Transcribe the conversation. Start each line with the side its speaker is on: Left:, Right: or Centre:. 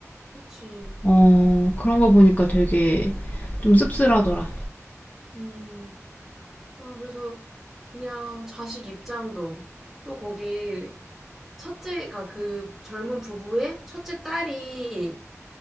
Centre: 그치.
Left: 어, 그런 거 보니까 되게 좀 씁쓸하더라.
Centre: 음. 아, 그래서 그냥 자식 입장도 또 거기 첫째가 그 젊은 부부의 첫째 딸이